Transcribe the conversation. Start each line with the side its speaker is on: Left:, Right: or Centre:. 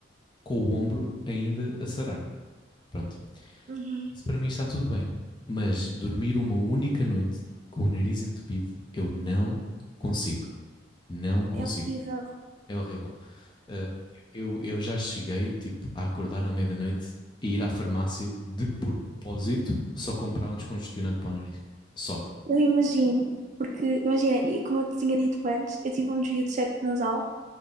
Left: com o ombro ainda a sarar. Pronto.
Right: uhum.
Left: Isso para mim está tudo bem. Mas dormir uma única noite com o nariz entupido, eu não consigo. Não consigo.
Right: É horrível.
Left: É horrível. Uh, eu, eu já cheguei, tipo, a acordar à meia-noite da e ir à farmácia de propósito só comprar um descongestionante para o nariz. Só.
Right: Eu imagino. Porque, imagina, e como eu te tinha dito antes, eu tive um desvio de septo nasal.